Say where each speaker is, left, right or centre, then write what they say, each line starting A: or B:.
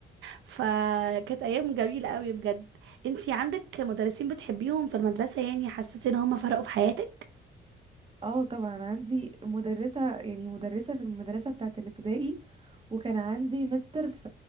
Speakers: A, on the right; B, on the right.
A: فكانت أيام جميلة قوي بجد انتي عندك مدرسين بتحبيهم في المدرسة يعني حسيتي إن هم فرقوا في حياتك؟
B: اه طبعا عندي مدرسه يعني مدرسه في المدرسه بتاعت الابتدائي وكان عندي مستر في